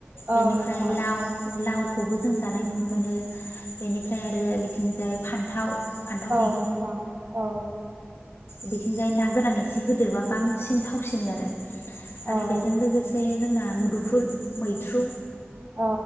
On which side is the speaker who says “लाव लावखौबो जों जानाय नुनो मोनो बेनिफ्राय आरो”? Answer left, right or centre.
Left